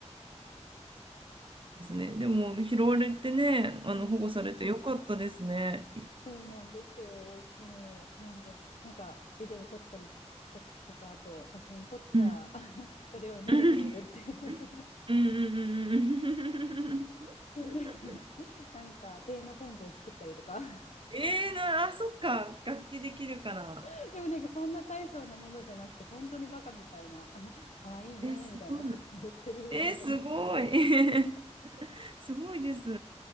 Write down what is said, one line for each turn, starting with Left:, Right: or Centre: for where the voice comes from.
Right: ですね。でも、拾われてね、あの、
Left: うん
Right: 保護されてよかったですね。い
Left: そうなんですよ。もう、なんで、なんか、ビデオ撮ったりしと、とか、あと、写真撮っちゃ、
Right: うん。
Left: <laughs> それをめでているっていう
Right: <laughs> うんうんうんうんうん。
Left: そうですね
Right: <laughs>
Left: <laughs> なんか、テーマソングを作ったりとか。
Right: えー、な、あ、そっか。楽器できるから。
Left: <laughs> でもなんか、そんな大層なものじゃなくて、本当にバカみたいな、<laughs> 可愛いね、
Right: えすごい。
Left: みたいなことを言ってる歌とか。
Right: えー、すごい。<laughs> すごいです。